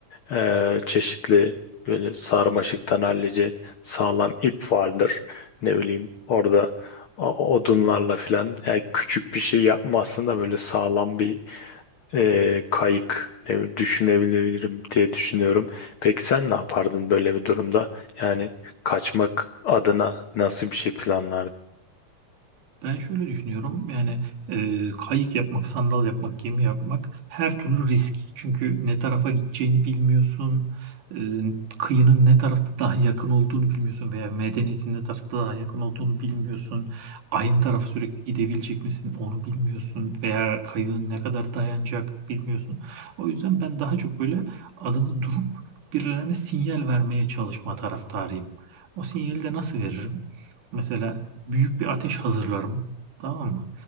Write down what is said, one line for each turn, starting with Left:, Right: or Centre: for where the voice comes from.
Left: eee, çeşitli böyle sarmaşıktan hallice sağlam ip vardır. Ne bileyim orada o- odunlarla filan yani küçük bir şey yapmazsın da böyle sağlam bir e, kayık e, düşünebilirim diye düşünüyorum. Peki sen ne yapardın böyle bir durumda? Yani kaçmak adına nasıl bir şey planlardın?
Right: Ben şöyle düşünüyorum yani e, kayık yapmak, sandal yapmak, gemi yapmak her türlü risk. Çünkü ne tarafa gideceğini bilmiyorsun, e, kıyının ne tarafta daha yakın olduğunu bilmiyorsun veya medeniyetin ne tarafta daha yakın olduğunu bilmiyorsun. Aynı tarafa sürekli gidebilecek misin onu bilmiyorsun veya kayığın ne kadar dayanacak bilmiyorsun. O yüzden ben daha çok böyle adada durup birilerine sinyal vermeye çalışma taraftarıyım. O sinyali de nasıl veririm? Mesela büyük bir ateş hazırlarım. Tamam mı?